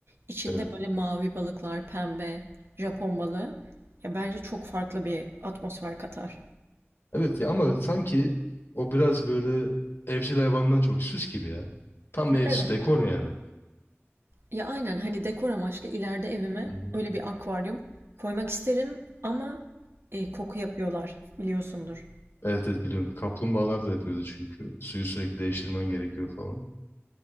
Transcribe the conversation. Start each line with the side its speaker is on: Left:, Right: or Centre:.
Right: İçinde
Left: Evet.
Right: böyle mavi balıklar, pembe, Japon balığı. Ya bence çok farklı bir atmosfer katar.
Left: Evet ya ama sanki o biraz böyle evcil hayvandan çok süs gibi ya. Tam
Right: Ya
Left: bir ev
Right: evet.
Left: süs dekor yani.
Right: Ya aynen hani dekor amaçlı ileride evime
Left: Hı hı.
Right: öyle bir akvaryum koymak isterim ama e, koku yapıyorlar biliyorsundur.
Left: Evet evet biliyorum. Kaplumbağalar da yapıyordu çünkü. Suyu sürekli değiştirmen gerekiyor falan.